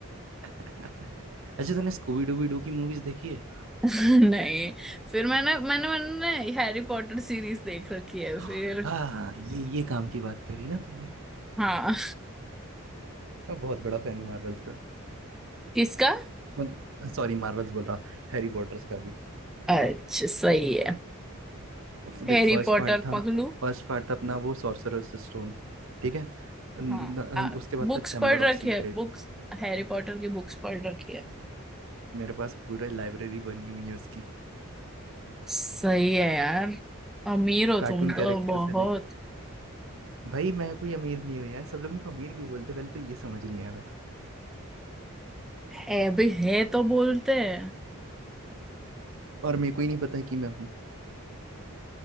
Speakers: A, on the right; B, in the centre.
A: <laughs> अच्छा तूने स्कूबी डूबी डू की मूवीज देखी है
B: <laughs> नहीं फिर मैंने मैंने मैंने हैरी पॉटर सीरीज देख रखी है
A: हाँ
B: फिर
A: हाँ, ये ये काम की बात करी ना तूने
B: हाँ
A: मैं बहुत बड़ा फैन हूँ मार्वल्स का
B: किसका
A: मतलब सॉरी मार्वल्स बोल रहा हैरी पॉटर्स का भी
B: अच्छा सही है हैरी
A: देख फर्स्ट
B: पॉटर
A: पार्ट था
B: पगलू
A: फर्स्ट पार्ट था अपना वो सॉर्सरर्स स्टोन ठीक है न-
B: हाँ आ,
A: उसके बाद
B: बुक्स
A: था चैम्बर
B: पढ़
A: ऑफ
B: रखी
A: सीक्रेट
B: है बुक्स हैरी पॉटर की बुक्स पढ़ रखी है
A: मेरे पास पूरा लाइब्रेरी बनी हुई है उसकी
B: सही है यार अमीर हो
A: कार्टून
B: तुम तो
A: कैरेक्टर
B: बहुत
A: से भाई मैं कोई अमीर नहीं हूँ यार सब लोगों को अमीर क्यों बोलते हैं? पहले तो ये समझ नहीं आया मेरे
B: है भी है तो बोलते हैं
A: को और मेरे को ही नहीं पता है कि मैं हूँ